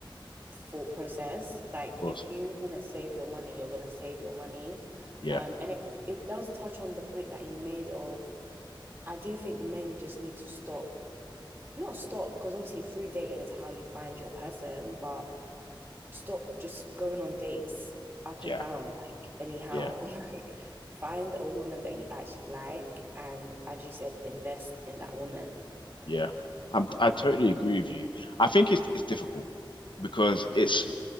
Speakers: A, on the right (about 25°); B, on the left (about 65°).
A: thought process. Like
B: course.
A: if you want to save your money, you're going to save your money.
B: Yeah,
A: Um, and it, it does touch on the point that you made of I do think men just need to stop, not stop, because obviously through dating is how you find your person, but stop just going on dates up
B: yeah,
A: and down like anyhow
B: yeah,
A: <laughs> like find a woman that you actually like and as you said invest in that woman
B: yeah. I'm, I totally agree with you. I think it's it's difficult because it's